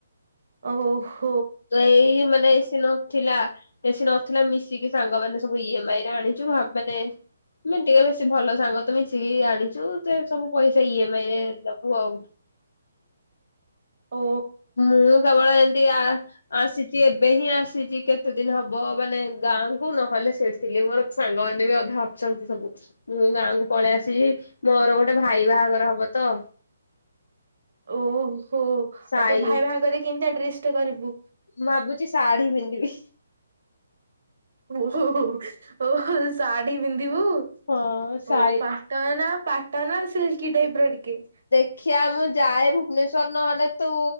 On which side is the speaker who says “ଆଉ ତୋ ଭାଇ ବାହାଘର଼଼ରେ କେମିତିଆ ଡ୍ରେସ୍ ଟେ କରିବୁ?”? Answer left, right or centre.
Right